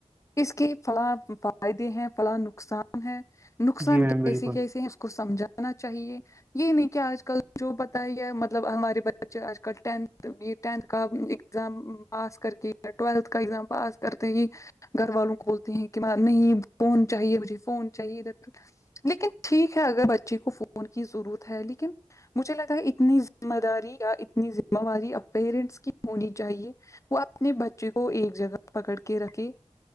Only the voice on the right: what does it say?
جی میم
بالکل